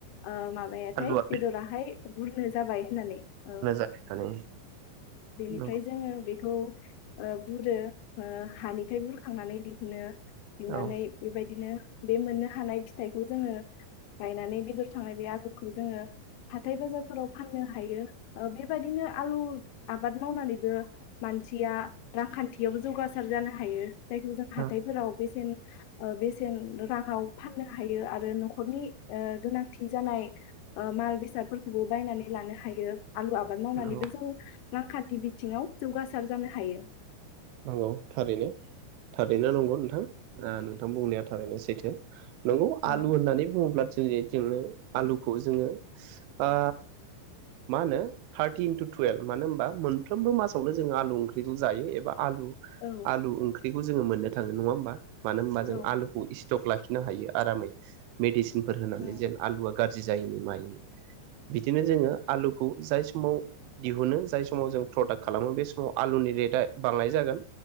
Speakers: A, on the left; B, on the right.
A: ओ माबायाथाय
B: आलुआ
A: बेदराहाय बुरनो जाबाय होननानै
B: बेखौनो
A: औ
B: जानानै
A: बेनिफ्राय
B: नंगौ
A: जोङो खौ ओ बुरो ओ हानिफ्राय बुरखांनानै दिहुनो दिहुननानै
B: औ
A: बेबायदिनो बे मोननो हानाय फिथाइखौ जोङो गायनानै बेदर थांनाय बे आलुखौ जोङो हा थाय बाजारफोराव फाननो हायो ओ बेबायदिनो आलु आबाद मावनानैबो मानसिया रांखान्थियावबो जौगासार जानो हायो जायखौ जों
B: औ
A: हाथायफोराव बेसेन बेसेन राङाव फाननो हायो आरो न'खरनि ओ गोनांथि जानाय ओ माल बेसाद फोरखौबो बायनानै लानो हायो आलु आबाद
B: नंगौ
A: मावनानैबो जों रांखान्थि बिथिङाव जौगासार जानो हायो
B: औ थारैनो थारैनो नंगौ नोंथां नोंथां बुंनाया थारैनो सैथो नंगौ
A: औ
B: आलु होननानै बुङोब्ला जों जेजोंबो आलुखौ जोङो बा मा होनो थारटि इनटु टुयेल्भ। मानो होनबा मोनफ्रोमबो मासावनो जोंयो आलु ओंख्रिखौ जायो एबा आलु
A: औ
B: आलु ओंख्रि खौ जोङो मोननो थाङो । नङा होमबा? मानो होमबा जों
A: औ
B: आलुखौ इस्टक ला खिनो हायो आरामै मेदिसि फोर होनानै
A: औ
B: जेन आलुवा गाज्रि जायिनि मायिनि बिदिनो जोङो आलुखौ जाय समाव दिहुनो जाय समाव जों प्रडाक्ट खालामो बे समाव बालाय जागोन।